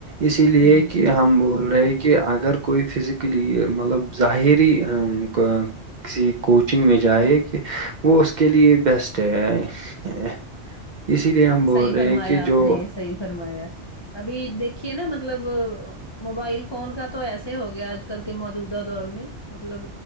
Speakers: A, on the right (about 50°); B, on the left (about 45°).
A: اسی لیے
B: ہوں
A: کہ ہم بول رہے کہ اگر کوئی فزکلی مطلب ظاہری کسی کوچنگ میں جائے کہ وہ اس کے لیے بیسٹ ہے <unintelligible> اسی لیے ہم بول
B: صحیح
A: رہے
B: فرمایا
A: ہیں کہ
B: آپ
A: جو
B: نے صحی فرمایا ابھی دیکھیے نا مطلب موبائل فون کا تو ایسے ہو گیا آج کل کے موجودہ دور میں مطلب